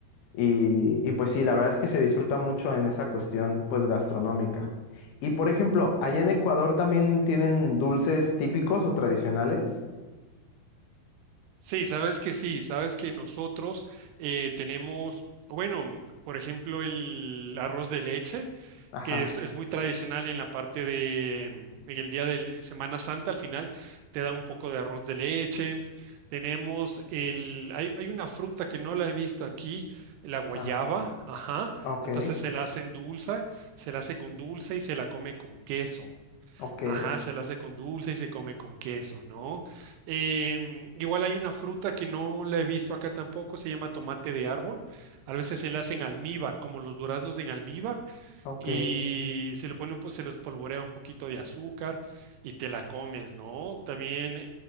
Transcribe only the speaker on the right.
Sí, sabes que sí, sabes que nosotros eh, tenemos, bueno, por ejemplo, el arroz de leche.
que es, es muy tradicional en la parte de, mm, en el día de Semana Santa, al final te dan un poco de arroz de leche. Tenemos el, hay, hay una fruta que no la he visto aquí, la guayaba,
ajá.
Entonces se la hacen dulce, se la hace con dulce y se la come con queso.
Ajá, se la hace con dulce y se come con queso, ¿no? Em, igual hay una fruta que no la he visto acá tampoco, se llama tomate de árbol. A veces se la hacen almíbar, como los duraznos en almíbar
y se le pone un, po- se les polvorea un poquito de azúcar y te la comes, ¿no? También